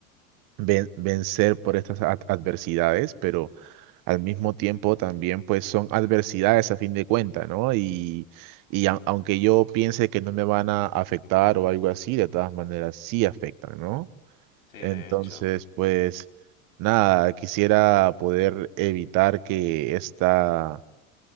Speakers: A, on the right; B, on the left.
A: ven- vencer por estas ad- adversidades, pero al mismo tiempo también pues son adversidades a fin de cuentas, ¿no? Y, y a- aunque yo piense que no me van a afectar o algo así, de todas maneras sí afectan, ¿no?
B: Sí,
A: Entonces,
B: de hecho.
A: pues nada, quisiera poder evitar que esta,